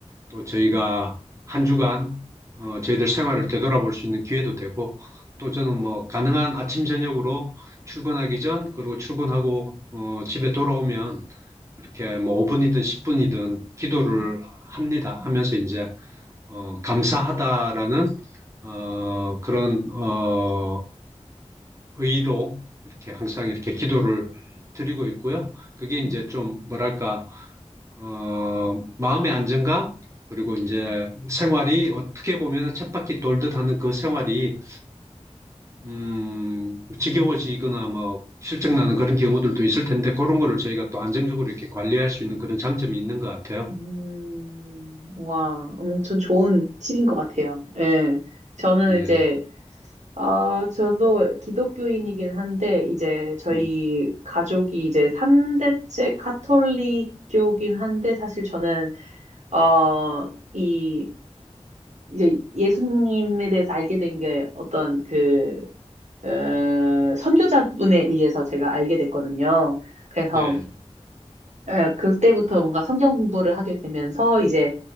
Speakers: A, on the right; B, on the right.
A: 또 저희가
B: 음,
A: 한 주간 어, 저희들 생활을 되돌아볼 수 있는 기회도 되고 또 저는 뭐 가능한 아침 저녁으로 출근하기 전 그리고 출근하고 어, 집에 돌아오면 이렇게 뭐 5분이든 10분이든 기도를
B: 음,
A: 합니다.
B: 음,
A: 하면서 이제 어, 감사하다라는 어, 그런 어, 의로 이렇게 항상 이렇게 기도를 드리고 있고요. 그게 이제
B: 음.
A: 좀 뭐랄까 어, 마음의 안정감 그리고 이제
B: 음.
A: 생활이 어떻게 보면 쳇바퀴 돌듯 하는 그 생활이 음, 지겨워지거나 뭐 실증나는 그런 경우들도 있을 텐데 그런 거를 저희가 또 안정적으로 이렇게 관리할 수 있는 그런 장점이 있는 것 같아요.
B: 음, 와, 엄청 좋은 팁인 것 같아요. 예. 저는
A: 네,
B: 이제, 아, 저도 기독교인이긴 한데, 이제 저희
A: 음,
B: 가족이 이제 3대째 카톨릭교긴 한데, 사실 저는, 어, 이, 이제 예수님에 대해서 알게 된 게 어떤 그, 어, 선교자분에 의해서 제가 알게 됐거든요. 그래서,
A: 예,
B: 예, 그때부터 뭔가 성경 공부를 하게 되면서, 이제